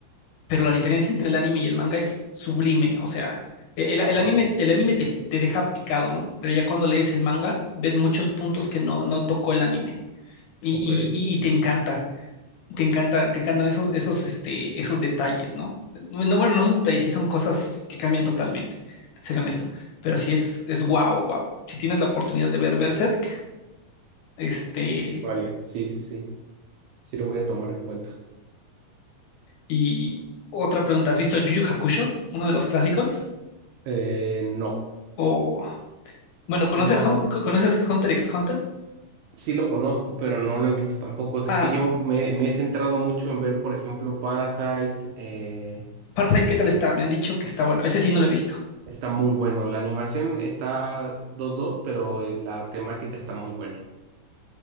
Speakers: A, on the left (about 70°); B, on the right (about 75°).
A: pero la diferencia entre el anime y el manga es sublime, o sea, e-, el, el
B: wow,
A: anime, el anime te, te deja picado, ¿no? Pero ya cuando lees el manga, ves muchos puntos que no, no tocó el anime y,
B: ok,
A: y, y y te encanta, te encanta, te encantan esos, esos, este, esos detalles, ¿no? No, no, bueno, no son detalles, sí son cosas que cambian totalmente, te seré honesto, pero sí es, es wow, wow. Si tienes la oportunidad de ver Berserk, este,
B: vale, sí, sí, sí. Sí lo voy a tomar en cuenta.
A: y otra pregunta, ¿has visto Yu Yu Hakusho, uno de los clásicos?
B: Eh, no,
A: o Bueno, ¿conocer
B: no, no.
A: Hun-
B: no.
A: co- ¿conoces Hunter x Hunter?
B: Sí lo conozco, pero no lo he visto tampoco. O sea,
A: Ah,
B: es que yo me, me he centrado mucho en ver, por ejemplo, Parasite, eh,
A: Parasite, ¿qué tal está? Me han dicho que está bueno. Ese sí no lo he visto.
B: Está muy bueno. La animación está dos dos pero eh, la temática está muy buena.